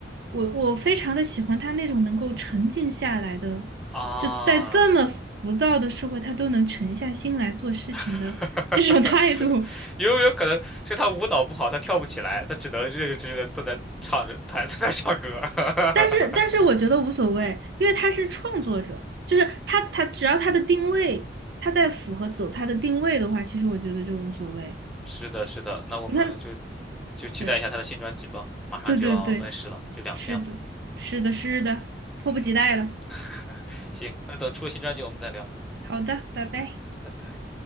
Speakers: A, on the right; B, in the centre.
A: 我我非常的喜欢他那种能够沉静下来的，
B: 啊，
A: 就在这么浮躁的社会，他都能沉下心来做事情的这种态度，
B: <laughs> 有没有可能是他舞蹈不好，他跳不起来，他只能认认真真的坐在唱着，他 <laughs> 在那唱歌。<laughs>
A: 但是，但是我觉得无所谓，因为他是创作者，就是他，他只要他的定位，他在符合走他的定位的话，其实我觉得就无所谓。
B: 是的，是的，那我们就
A: 你看，
B: 就期待一下他的新专辑吧，
A: 对，
B: 马上就要问世了，
A: 对对对，
B: 就两天了。
A: 是的，是的，是的，迫不及待了。
B: 嗯，<laughs> 行，那等出了新专辑我们再聊。
A: 好的，拜拜。
B: 拜拜。